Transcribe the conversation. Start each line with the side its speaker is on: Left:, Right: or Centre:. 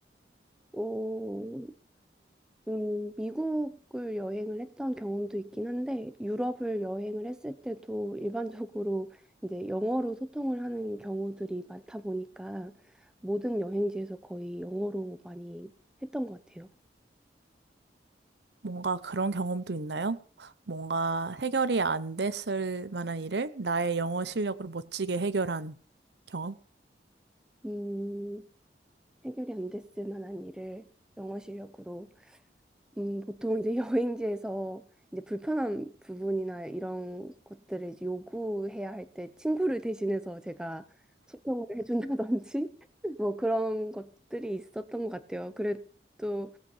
Centre: 오, 음, 미국을 여행을 했던 경험도 있긴 한데, 유럽을 여행을 했을 때도 일반적으로 이제 영어로 소통을 하는 경우들이 많다 보니까 모든 여행지에서 거의 영어로 많이 했던 것 같아요.
Right: 뭔가 그런 경험도 있나요? 뭔가 해결이 안 됐을 만한 일을 나의 영어 실력으로 멋지게 해결한 경험?
Centre: 음, 해결이 안 됐을 만한 일을 영어 실력으로 음, 보통 이제 <laughs> 여행지에서 이제 불편한 부분이나 이런 것들을 이제 요구해야 할 때 친구를 대신해서 제가 소통을 해준다든지 <laughs> 뭐 그런 것들이 있었던 것 같아요. 그래도